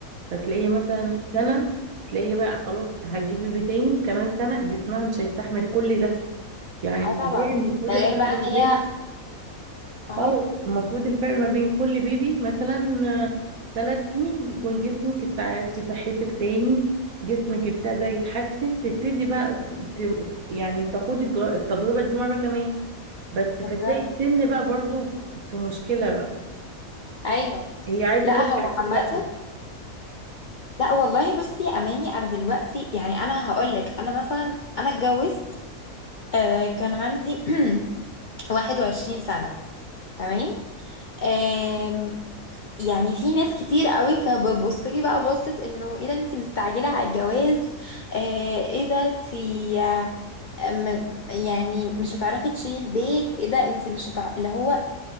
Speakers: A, on the right (about 75°); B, on the left (about 50°).
A: فتلاقيها مثلا سنه تلاقيها بقى خلاص هتجيب بيبي تاني كمان سنه جسمها مش هيستحمل كل ده يعني
B: اه
A: طبيعي
B: طبعا
A: المفروض
B: ده غير
A: الفرق
B: بقى ان
A: ما
B: هي
A: بين
B: اه
A: اه المفروض الفرق ما بين كل بيبي مثلا ثلاث سنين يكون جسمك استعدتي صحتك تاني جسمك ابتدى يتحسن تبتدي بقى ت- يعني تخوضي الج- التجربة دي مرة كمان بس فتلاقي
B: بالظبط
A: السن بقى برضو في مشكلة بقى
B: ايوه
A: هي عايزة
B: لا
A: تلحق
B: هو
A: تسلم
B: عامة لا والله بصي يا اماني انا دلوقتي يعني انا هقولك انا مثلا انا اتجوزت آه كان عندي <clears throat> 21 سنة تمام آم، يعني في ناس كتير قوي كانت بتبص لي بقى بصت انه ايه ده انتي مستعجلة على الجواز آه، ايه ده انتي آه، م- يعني مش هتعرفي تشيلي البيت ايه ده انتي مش هتع... اللي هو